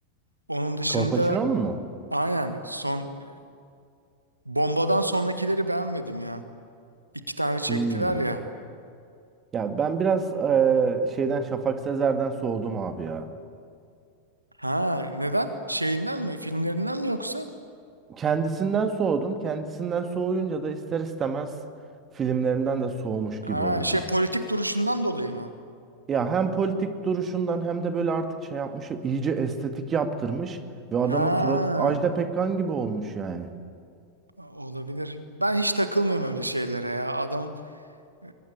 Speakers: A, on the right (about 85°); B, on the right (about 25°).
A: Onun dışında
B: Kolpaçino'nun mu?
A: aynen son e, Bomba'dan sonrakileri beğenmedim ya. İki tane çektiler
B: Hmm.
A: ya.
B: Ya ben biraz e, şeyden Şafak Sezer'den soğudum abi ya.
A: Ha, neden? Şeyinden mi? Filmlerinden mi yoksa?
B: kendisinden soğudum. Kendisinden soğuyunca da ister istemez filmlerinden de soğumuş
A: Ha,
B: gibi oldum.
A: şey politik duruşundan dolayı mı?
B: Ya hem politik duruşundan hem de böyle artık şey yapmış, iyice estetik yaptırmış ve adamın
A: Ha,
B: suratı Ajda Pekkan gibi olmuş yani.
A: olabilir. Ben hiç takılmıyorum öyle şeylere ya. Adam e,